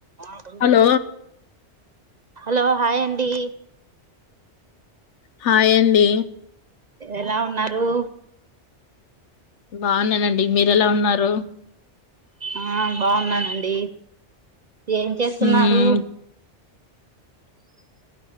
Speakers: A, on the right (about 45°); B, on the left (about 75°).
A: ఆ కొ
B: హలో
A: వ హలో హాయ్ అం డి
B: హాయ్ అండి
A: ఎలా ఉన్నారు
B: బాగున్నానండి మీరెలా ఉన్నారు
A: ఆ బాగున్నానండి ఏం చేస్తున్నారు
B: మ్మ్